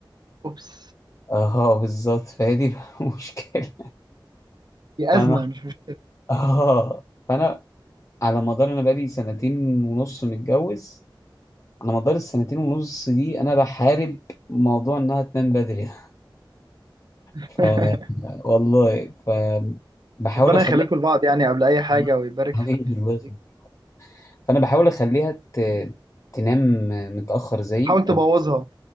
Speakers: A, on the right (about 55°); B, on the left (about 40°).
A: اوبس
B: اه بالظبط فهي دي بقى <laughs> المشكله
A: دي
B: فانا
A: ازمة مش مشكلة
B: اه فانا على مدار انا بقالي سنتين ونص متجوز على مدار السنتين ونص دي انا بحارب موضوع انها تنام بدري ده
A: <laughs>
B: ف والله ف بحاول
A: ربنا
B: اخليها
A: يخليكم لبعض يعني قبل اي حاجة
B: <laughs>
A: ويبارك في
B: إيه
A: في-
B: الله يخليك.
A: فيك
B: فانا بحاول اخليها ت... تنام متاخر زي
A: حاول تبوظها
B: او